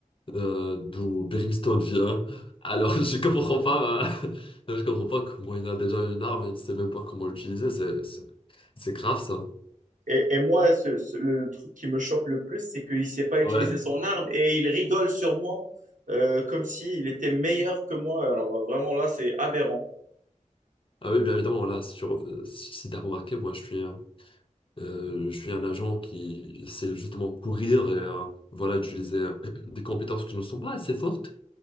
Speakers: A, on the left (about 40°); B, on the right (about 80°).
A: euh, d'où Brimstone vient. Alors <laughs> je comprends pas, hein. <laughs> Je comprends pas comment il a déjà une arme et il ne sait même pas comment l'utiliser. C'est, c'est, c'est grave ça.
B: Et, et moi, ce- ce- le le truc qui me choque le plus, c'est qu'il sait pas utiliser
A: Ouais.
B: son arme et il rigole sur moi euh, comme s'il était meilleur que moi. Alors euh, vraiment, là, c'est aberrant.
A: Ah oui, bien évidemment, là, sur, euh, si si t'as remarqué, moi je suis, un- euh, je suis un agent qui sait justement courir et euh, voilà, utiliser <clears throat> des compétences qui ne sont pas assez fortes.